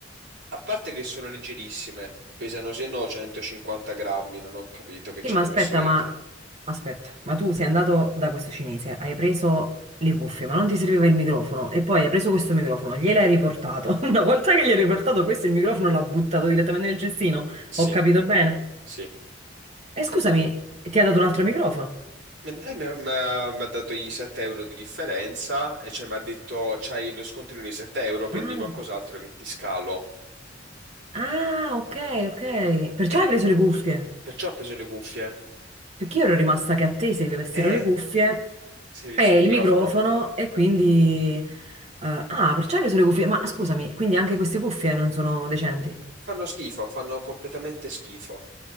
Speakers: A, on the right; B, on the right.
A: A parte che sono leggerissime, pesano se no 150 grammi, non ho capito che
B: Sì,
A: ci
B: ma
A: hanno
B: aspetta,
A: messo dentro.
B: ma aspetta, ma tu sei andato da questo cinese, hai preso le cuffie, ma non ti serviva il microfono e poi hai preso questo microfono, gliel'hai riportato. <laughs> Una volta che gli hai riportato questo, il microfono l'ha buttato direttamente nel cestino.
A: Sì,
B: Ho capito bene?
A: sì.
B: E scusami, ti ha dato un altro microfono?
A: Ma dai, Mi ha mi ha- mi ha dato i 7 euro di differenza e cioè mi ha detto c'hai lo scontrino di 7 euro, prendi
B: Ah,
A: qualcos'altro che ti scalo.
B: ah, ok, ok. Perciò
A: Eh,
B: hai preso le cuffie?
A: perciò ho preso le cuffie.
B: Perché io ero rimasta che a te servivessero
A: Eh,
B: le cuffie
A: si è visto
B: E
A: il microfono?
B: il microfono e quindi... eh, ah, perciò hai preso le cuffie. Ma scusami, quindi anche queste cuffie non sono decenti
A: Fanno schifo, fanno completamente schifo.